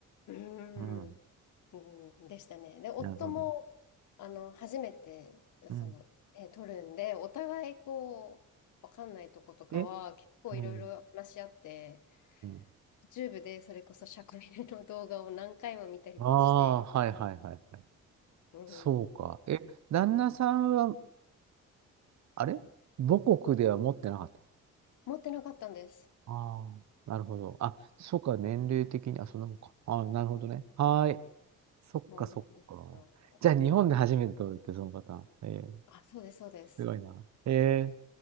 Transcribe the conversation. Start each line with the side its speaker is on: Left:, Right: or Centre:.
Left: うー
Right: うん、
Left: ん、うん、でしたね。で、夫も、
Right: なるほど。
Left: あの、初めて、
Right: うん。
Left: その、えー、取るんで、お互い、こう、わかんないとことかは、
Right: え
Left: 結構いろいろ話し合って、
Right: うん。うん。
Left: YouTube でそれこそ社会の動画を何回も見たりして、
Right: ああ、はいはいはいはい。
Left: う
Right: そうか。
Left: ん、
Right: え、旦那さんは、あれ母国では持ってなかった。
Left: 持ってなかったんです。
Right: ああ、なるほど。あ、そっか、年齢的に、あ、そんなもんか。ああ、なるほどね。はーい。そっか、
Left: そうなんですよ。
Right: そっか。じゃあ、日本で初めて取るって、そのパターン。ええ
Left: あ、そうです、そうです。
Right: すごいな。え